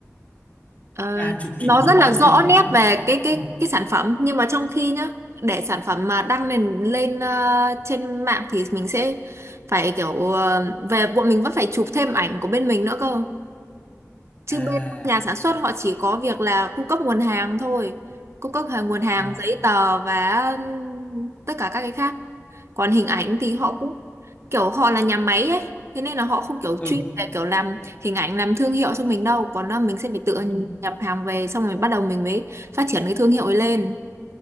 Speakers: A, on the right; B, on the left.
A: Ờ,
B: à, à chụp chỉ
A: nó
B: mẫu
A: rất là
B: vật
A: rõ
B: thôi gì
A: nét về cái cái
B: Ừ.
A: cái sản phẩm nhưng mà trong khi nhá để sản phẩm mà đăng lên lên ờ, trên mạng thì mình sẽ phải kiểu ờ, về bọn mình vẫn phải chụp thêm ảnh của bên mình nữa cơ chứ
B: à
A: bên nhà sản xuất họ chỉ có việc là cung cấp nguồn hàng thôi cung cấp hàng nguồn hàng
B: ờ
A: giấy tờ và tất cả các cái khác còn hình ảnh thì họ cũng kiểu họ là nhà máy ấy thế nên là họ không kiểu
B: ừ
A: chuyên về kiểu làm hình ảnh làm thương hiệu cho mình đâu còn là mình sẽ phải tự
B: mình,
A: nhập hàng về xong rồi bắt đầu mình mới phát triển cái thương hiệu ấy lên